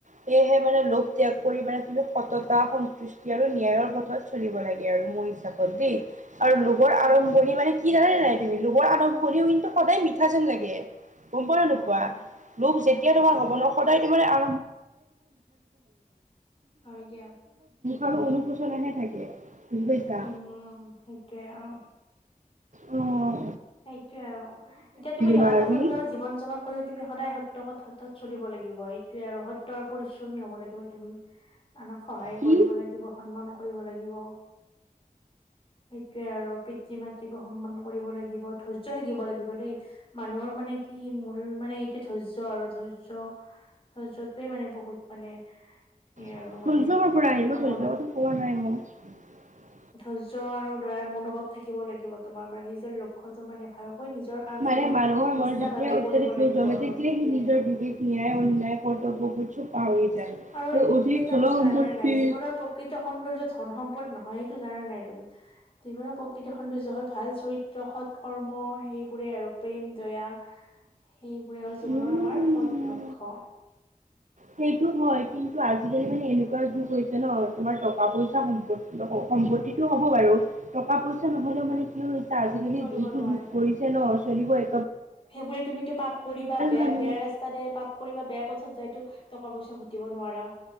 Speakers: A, on the right; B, on the left.
A: সেয়েহে মানে লোভ ত্যাগ কৰি মানে তুমি সততা সন্তুষ্টি আৰু নিয়াৰ পথত চলিব লাগে আৰু মোৰ হিচাপত দেই। আৰু লোভৰ
B: সেইটোৱে
A: আৰম্ভণি
B: আৰু।
A: মানে কি জানা নে নাই তুমি লোভৰ আৰম্ভণিও কিন্তু সদায় মিঠা যেন লাগে। গম পোৱা
B: অ',
A: নে নোপোৱা
B: অ',
A: লোভ যেতিয়া
B: অ',
A: তোমাৰ
B: হয়
A: হ'ব
B: দিয়া,
A: ন সদায় তোমাৰ আ <unintelligible>
B: হয় দিয়া।
A: আৰু অনুশোচনাহে থাকে। বুজি পাইছা।
B: উম, সেইটোৱে আৰু
A: অঁ।
B: সেইটোৱে আৰু এতিয়া তুমি ধৰা
A: ন
B: এটা
A: আজি।
B: সুন্দৰ জীৱন যাপন কৰি তুমি সদায় সত্যত পথত চলিব লাগে লাগিব সেইটোৱে আৰু সত্যৰ পৰিশ্ৰমী হ'ব লাগিব তুমি। আনক সহায়
A: কি
B: কৰিব লাগিব সন্মান কৰিব লাগিব <inaudible> সেইটোৱে আৰু পিতৃ-মাতৃকো সন্মান কৰিব লাগিব। ধৈৰ্য থাকিব লাগিব দেই মানুহৰ মানে কি মূল মানে এইটো ধৈৰ্য্য আৰু ধৈৰ্য্য ধৈৰ্যটোৱে মানে বহুত মানে সেই
A: <unintelligible>
B: আৰু মানে এনেকুৱা মনো ধৈৰ্য্য আৰু দয়াৰ মনোভাৱ থাকিব লাগিব তোমাৰ মানে নিজৰ লক্ষ্যটো মানে ভালকৈ নিজৰ কামখিনি
A: মানে মানুহৰ
B: নিষ্ঠাভাৱে
A: মন যেতিয়া অত্যাধিক
B: কৰিব লাগিব
A: লোভ জমে
B: আৰু
A: তেতিয়াই
B: সেইটোৱে
A: সি নিজৰ
B: আৰু
A: বিবেক
B: <inaudible> <inaudible>
A: ন্যায় অন্যায় কৰ্তব্যবোৰ চব পাহৰি
B: উম
A: যায়
B: আৰু
A: অধিক
B: তুমি এটা
A: ধন
B: বস্তু
A: সম্পত্তি
B: জানানে নাই জীৱনৰ প্ৰকৃত সৌন্দৰ্য ধন সম্পদ নহয় সেইটো জানানে নাই তুমি জীৱনৰ প্ৰকৃৃত সৌন্দৰ্য হল ভাল চৰিত্ৰ সৎ কৰ্ম সেইবোৰে আৰু প্ৰেম, দয়া <inaudible> সেইবোৰে হ'ল জীৱনৰ
A: উম
B: আমাৰ সদ লক্ষ্য।
A: সেইটো হয় কিন্তু আজিকালি মানে এনেকুৱা যুগ হৈছে ন তোমাৰ টকা-পইচা সম্পত্তি হও সম্পত্তিটো হ'ব বাৰু টকা পইচা নহ'লেও মানে কি আজিকালি
B: চলিব
A: যিটো
B: নোৱাৰি
A: যুগ কৰিছে ন চলিবই
B: সেইবোৰে তুমিতো পাপ কৰিবা বেয়া
A: মানুহ
B: বেয়া ৰাস্তাদে পাপ কৰিবা বেয়া পথত যাইটো টকা পইচা ঘটিব নোৱাৰা